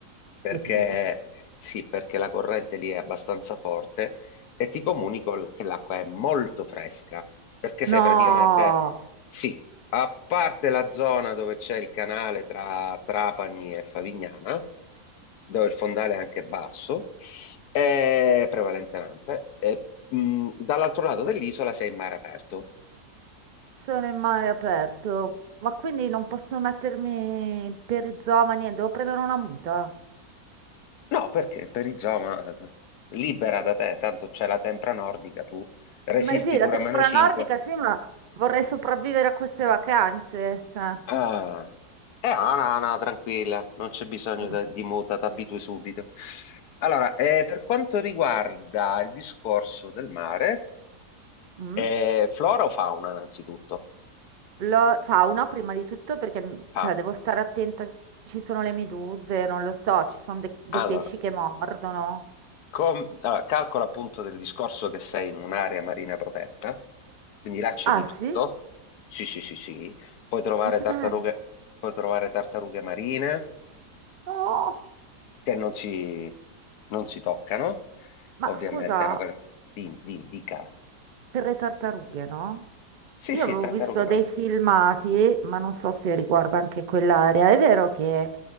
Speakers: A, on the left (about 70°); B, on the right (about 75°).
A: perché
B: Le pinne.
A: sì, perché la corrente lì è abbastanza forte e ti comunico che l'acqua è molto fresca, perché
B: No!
A: sei praticamente, sì, a parte la zona dove c'è il canale tra Trapani e Favignana, dove il fondale è anche basso, eh, prevalentemente, e, mh, dall'altro lato dell'isola sei in mare aperto.
B: Sono in mare aperto, ma quindi non posso mettermi perizoma, niente, devo prendere una muta.
A: No, perché per Perizoma, eh, libera da te, tanto c'è la tempra nordica, tu resisti
B: Ma sì,
A: pure
B: la tempra
A: a meno 5,
B: nordica, sì, ma vorrei sopravvivere a queste vacanze, cioè...
A: Ah, è Ana, Ana, tranquilla, non c'è bisogno
B: mm,
A: da- di muta, ti abitui subito. Allora, eh, per quanto riguarda il discorso del mare,
B: mm.
A: eh, flora o fauna, innanzitutto?
B: Lo- fauna prima di tutto perché mm,
A: Ah,
B: cioè, devo stare attenta, ci sono le meduse, non lo so, ci sono de- dei
A: allora,
B: pesci che mordono.
A: com- allora, calcola appunto del discorso che sei in un'area marina protetta, quindi là c'è
B: Ah
A: di
B: sì?
A: tutto. Sì, sì, sì, sì. Puoi trovare
B: Ma che
A: tartarughe,
B: bello!
A: puoi trovare tartarughe marine,
B: Oh!
A: che non si, non si toccano,
B: Ma
A: ovviamente,
B: scusa,
A: è una cosa, di, di- dica.
B: per le tartarughe, no?
A: Sì,
B: Io
A: sì,
B: avevo
A: tartaruga
B: visto
A: marina.
B: dei filmati, ma non so se riguarda anche quell'area. È vero che